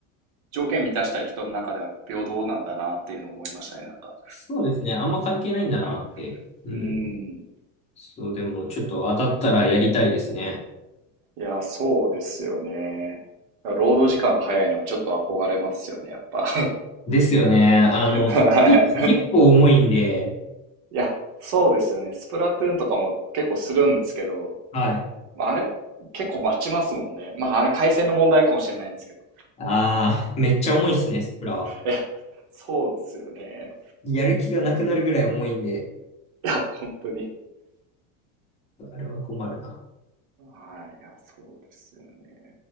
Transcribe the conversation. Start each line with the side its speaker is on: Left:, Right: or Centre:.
Right: 条件満たしたい人の中では平等なんだなっていうのを思いましたね、なんか。
Left: そうですね。あんま関係ないんだなって。
Right: はい。
Left: うん。
Right: うん。
Left: そう、でも、ちょっと当たったらやりたいですね。
Right: いや、そうですよね。労働時間早いのはちょっと憧れますよね、やっぱ。
Left: ですよね。あの、
Right: <laughs> はい。
Left: つい結構重いんで、
Right: いや、そうですよね。スプラトゥーンとかも結構するんですけど、
Left: はい。
Right: まあ、あれ、結構待ちますもんね。まあ、あれ、回線の問題かもしれないんですけど。
Left: ああ、めっちゃ重いっすね、スプラは。
Right: いや、そうですよね。
Left: やる気がなくなるぐらい重いんで、
Right: いや、本当に。
Left: あれは困るな。
Right: はい。いや、そうですよね。